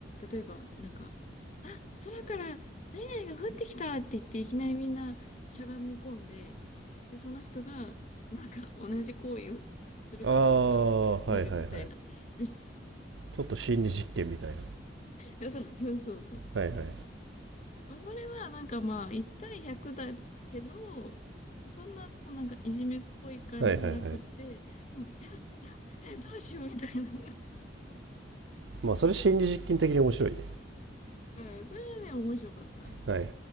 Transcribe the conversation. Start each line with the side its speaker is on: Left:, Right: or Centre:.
Left: 例えば、なんか、あ、空から何々が降ってきたって言って、いきなりみんなしゃがみ込んで、で、その人が、そのなんか、同じ行為をするかどうか見るみたいな。
Right: ああ、はいはいはい。
Left: <laughs>
Right: ちょっと心理実験みたいな。
Left: そうそうそうそう。
Right: はいはい。は
Left: まあ、それは、なんかまあ、1対100だけど、そんな、こう、なんか、いじめっぽい感じしなくって、
Right: いはいはい。
Left: もう、え、どうしようみたいな。<laughs>
Right: まあそれ心理実験的に面白いね。
Left: うん、それはね、面白かった。
Right: はいはい。